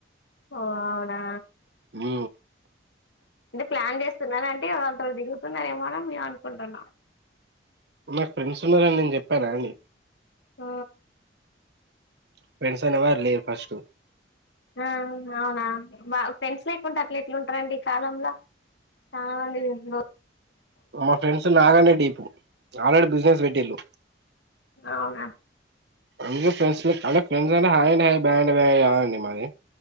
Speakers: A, on the left (about 65°); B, on the right (about 60°).
A: ఓ అవునా
B: ఓ
A: అంటే ప్లాన్ చేస్తున్నార అంటే వాళ్లతో దిగుతున్నారేమోన మేము అనుకుంటున్నా
B: నాకు ఫ్రెండ్స్ ఉన్నారని నేను చెప్పాయన అండి
A: ఆ
B: ఫ్రెండ్స్ అనేవారు లేరు ఫస్ట్
A: ఆ అవునా బ పెన్స్ లేకుండా అట్ల ఎట్లు ఉంటారంండి ఈ కాలంలో చాలామంది తెలుసు
B: మా ఫ్రెడ్స్ నాగానే అంటే ఆల్రెడీ బిజినెస్ పెట్టిల్లు
A: అవునా
B: అ ఫ్రెస్ ఫ్రెంస్లు అంటే ఫ్రెండ్స్ అంటే హాయ్ అంటే హాయ్ బాయ్ అంటే బాయ్ కాదు అండి మాది